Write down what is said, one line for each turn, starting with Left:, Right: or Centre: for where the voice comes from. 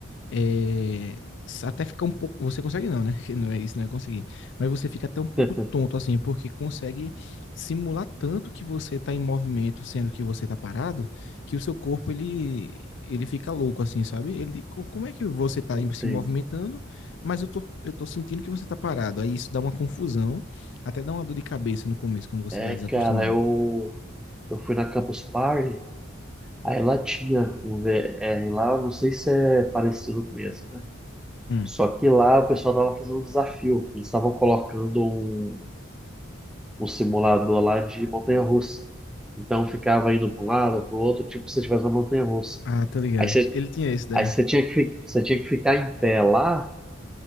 Left: é, até fica um pouco. Você consegue não, né? <laughs> Que Não é isso, não é conseguir. Mas você fica até um pouco
Centre: <laughs>
Left: tonto, assim, porque consegue simular tanto que você está em movimento, sendo que você está parado, que o seu corpo ele ele fica louco, assim, sabe? Ele, co- como é que você está
Centre: Entendi.
Left: se movimentando, mas eu tô, eu tô sentindo que você está parado. Aí isso dá uma confusão, até dá uma dor de cabeça no começo quando você
Centre: É,
Left: está desacostumado.
Centre: cara, eu, eu fui na Campus Party Aí lá tinha um VR lá, eu não sei se é parecido com esse, né?
Left: Hum.
Centre: Só que lá o pessoal tava fazendo um desafio. Eles estavam colocando um, um simulador lá de montanha-russa. Então ficava indo para um lado, para o outro, tipo se você estivesse na montanha-russa.
Left: Ah, tá ligado.
Centre: Aí você,
Left: Ele tinha esse daí.
Centre: aí você tinha que, fi- você tinha que ficar em pé lá